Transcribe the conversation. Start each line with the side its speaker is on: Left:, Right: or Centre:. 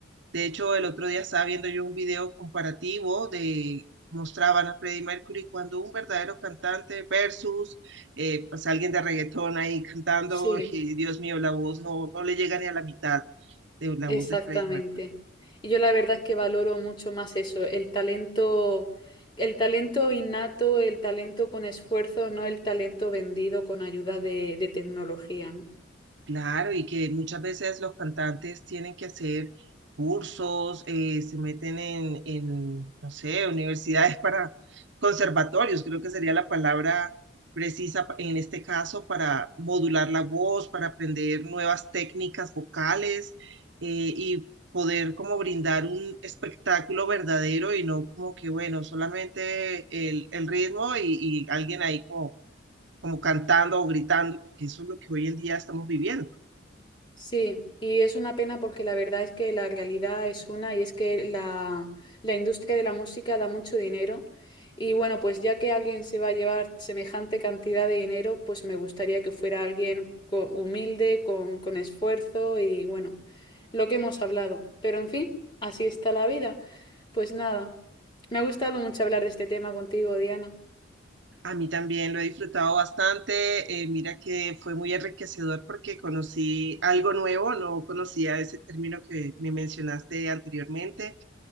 Right: de hecho el otro día estaba viendo yo un video comparativo de, mostraban a Freddie Mercury cuando un verdadero cantante versus eh, pues alguien de reggaetón ahí cantando,
Left: Sí,
Right: y Dios mío, la voz no, no le llega ni a la mitad de la
Left: exactamente.
Right: voz de Freddie Mercury.
Left: Y yo la verdad es que valoro mucho más eso, el talento, el talento innato, el talento con esfuerzo, no el talento vendido con ayuda de, de tecnología, ¿no?
Right: Claro, y que muchas veces los cantantes tienen que hacer cursos, eh, se meten en, en, no sé, universidades <laughs> para conservatorios, creo que sería la palabra precisa pa- en este caso para modular la voz, para aprender nuevas técnicas vocales eh, y poder como brindar un espectáculo verdadero y no como que, bueno, solamente el, el ritmo y, y alguien ahí como, como cantando o gritando, porque eso es lo que hoy en día estamos viviendo.
Left: Sí, y es una pena porque la verdad es que la realidad es una y es que la, la industria de la música da mucho dinero y bueno, pues ya que alguien se va a llevar semejante cantidad de dinero, pues me gustaría que fuera alguien co- humilde, con, con esfuerzo y bueno, lo que hemos hablado. Pero en fin, así está la vida. Pues nada, me ha gustado mucho hablar de este tema contigo, Diana.
Right: A mí también lo he disfrutado bastante. eh, mira que fue muy enriquecedor porque conocí algo nuevo, no conocía ese término que me mencionaste anteriormente.